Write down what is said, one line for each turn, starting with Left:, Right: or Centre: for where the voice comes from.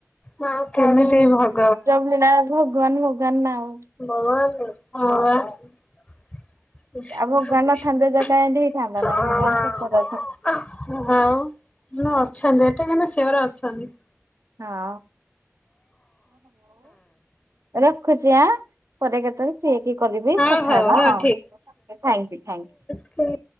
Left: ହଁ କେମିତି ଭଲ
Right: <unintelligible> ଭଗବାନ ଭଗବାନ ନା ଆଉ
Left: <unintelligible> <unintelligible>
Right: ଆଉ ଭଗବାନ
Left: ହଉ
Right: ନଥାନ୍ତେ ତ କାଇଁ ଏମିତି
Left: ମେ
Right: ହେଇଥାନ୍ତା ନା ଭଗବାନ
Left: ଅଛନ୍ତି
Right: ସତରେ
Left: ଏଟା କେମ ସିୟର ଅଛନ୍ତି।
Right: <unintelligible> ରଖୁଛି ଆ ପରେ କେତେବେଳେ ଫିର୍ ହେଇକି କରିବି
Left: ହଁ
Right: କଥା
Left: ହଉ
Right: ହେବା
Left: ହଉ
Right: ଆଉ। ଥାୟୁଙ୍କୁ ଥାୟୁଙ୍କୁ।
Left: ହୁଁ।